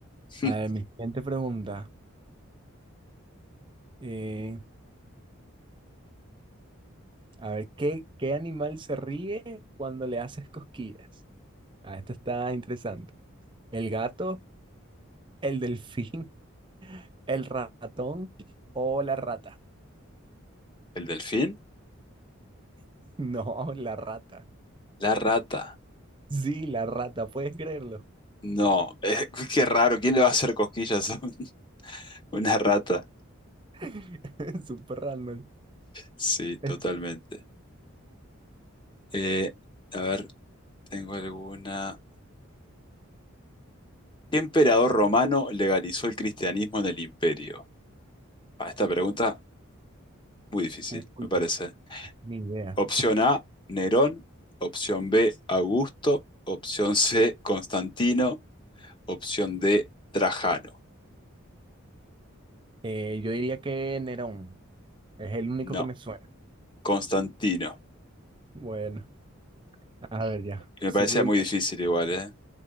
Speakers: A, on the left; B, on the right.
A: <laughs>
B: A ver, mi siguiente pregunta. eh, a ver, ¿qué, qué animal se ríe cuando le haces cosquillas? Ah, esto está interesante. ¿El gato, el delfín, <laughs> el ratón o la rata?
A: ¿El delfín?
B: <laughs> No, la rata.
A: La rata.
B: Sí, la rata, puedes creerlo.
A: No, <laughs> qué raro. ¿Quién le va a hacer cosquillas a un- <laughs> una rata?
B: <laughs> Súper random.
A: Sí, totalmente.
B: Es-
A: Eh, a ver, tengo alguna. ¿Qué emperador romano legalizó el cristianismo en el imperio? Ah, esta pregunta muy difícil,
B: Uy,
A: me parece.
B: ni idea.
A: Opción A, Nerón. Opción B, Augusto. Opción C, Constantino. Opción D, Trajano.
B: Eh, yo diría que Nerón. Es el único
A: No,
B: que me suena.
A: Constantino.
B: Bueno, a ver ya.
A: Me
B: Sigo
A: parecía
B: yo.
A: muy difícil igual, ¿eh?